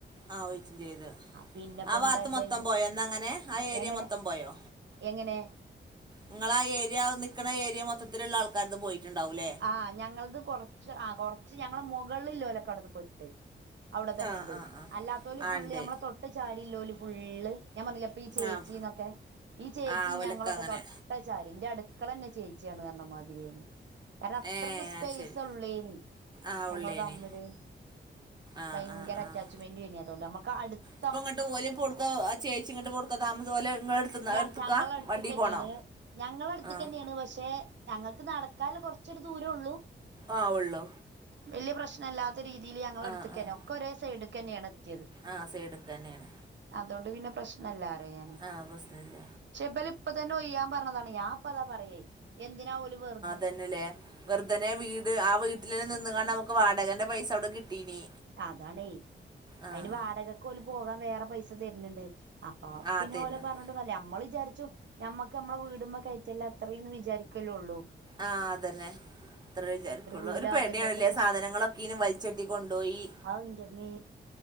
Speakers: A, on the right; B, on the right.
A: ആഹ് ഒഴിച്ചും ചെയ്ത്
B: പിന്നെപ്പെന്താല്ലയില്
A: ആ വാത്ത് മൊത്തം പോയോ എന്നങ്ങനെ ആ ഏരിയ
B: എങ്ങനെ
A: മൊത്തം പോയോ
B: എങ്ങനെ
A: നിങ്ങള ആ ഏരിയ നിക്ക്ണ ഏരിയ മൊത്തത്തില്ള്ള ആൾക്കാര്തും പോയിറ്റ്ണ്ടാവുല്ലേ
B: ആഹ് ഞങ്ങൾത് കൊറച്ച് ആഹ് കൊർച്ച് ഞങ്ങള മൊകൾല്ലോലൊക്കവട്ന്ന് പൊയ്ട്ടേ അവ്ടെത്തന്നെ
A: ആഹ്
B: ഇണ്ട്
A: ആഹ് ആഹ്
B: അല്ലാത്തോല്
A: ആഹ്
B: ഫുള്ള്
A: ഇണ്ട്
B: നമ്മളെ തൊട്ട് ചാരില്ലാേല് ഫുള്ള് ഞാൻ പറഞ്ഞിലെ പ്പ ഈ ചേച്ചിന്നൊക്കെ
A: ആഹ്
B: ഈ ചേച്ചി
A: ആഹ് ഓലൊക്കെ
B: ഞങ്ങളൊക്ക
A: അങ്ങനെ
B: തൊ ട്ട ചാരി ഇന്റെ അട്ക്കളന്നെ ചേച്ചിയാണ് പറഞ്ഞമാതിരേനിം കാരണം അത്രക്കും
A: ഏഹ്
B: സ്പെയ്സൊള്ളേനിം
A: അത് ശരി ആഹ്
B: ഞങ്ങള്
A: ഉള്ളേനി
B: തമ്മില്
A: ആഹ്
B: ഭയങ്കര
A: ആഹ് ആഹ്
B: അറ്റാച്ച്മെന്റും എയ്നി അതോണ്ട് അമ്മക്ക് അട്ത്ത്
A: ഇപ്പ ഇങ്ങട്ട് ഓല് പ്പൊട്ക്കാേ ആചേച്ചി ഇങ്ങട്ട്പ്പൊട്ക്കാ താമസം ഓലെ ഇങ്ങളെ എട്ത്ത്ന്നാ
B: ഞ
A: എട്ത്ത്ക്കാ
B: ഞങ്ങളെ അടുത്ത്ക്ക്
A: വണ്ടീ
B: തന്നെയാണ്
A: പോണോ
B: ഞങ്ങളെ എട്ത്ത്ക്കെന്നെണ്
A: ആഹ്
B: പക്ഷെ ഞങ്ങക്ക് നടക്കാല കൊറച്ചൊരു ദൂരൊള്ളൂ
A: ആഹ് ഒള്ളൂ
B: വല്ല്യ പ്രശ്നം ഇല്ലാത്ത രീതിയില് ഞങ്ങളെട്ത്ത്ക്കന്നെ
A: ആഹ് ആഹ്
B: ഒക്കെ ഒരേ സൈഡ്ക്കെന്നേണ് എത്തിയത്
A: ആഹ് സൈഡ്ക്കെന്നേണ്
B: അതോണ്ട് പിന്നെ പ്രശ്നല്ല അറ ഞാന്
A: ആഹ് പ്രശ്നല്ല
B: ക്ഷെ ഇബല് ഇപ്പത്തന്നെ ഒയ്യാൻ പറഞ്ഞതാണെ ഞാൻപ്പതാ പറയേ എന്തിനാ ഓല് വെർ
A: തന്നെല്ലേ വെർതനെ വീട് ആ വീട്ടിലന്നെ ന്നിന്ന്കാണ്ട് നമുക്ക് വാടകന്റെ പൈസ അവ്ടെ കിട്ടീനി
B: അതാണേ
A: ആഹ്
B: അയ്ന് വാടകക്ക് ഓല് പോകാൻ വേറെ പൈസ തര്ന്ണ്ട് അപ്പാ
A: ആഹ്
B: പിന്നെ
A: തര്ന്ണ്ട്
B: ഓലെ പറഞ്ഞ്ട്ടും ല്ല മ്മള് വിചാരിച്ചു ഞമ്മക്ക് ഞമ്മള വീടുമ്മ കയറ്റല്ല അത്രേന്ന് വിചാരിക്കല്ലോള്ളൂ.
A: ആഹ് അതന്നെ ഇത്ര വിചാരിക്കുള്ളൂ
B: വീടാവല്ലേ
A: ഒരു പേടിയാണല്ലേ
B: ഇപ്പ
A: സാധനങ്ങള. ഇനും വലിച്ചെട്ടി കൊണ്ടോയി.
B: അ ഇന്റെമേ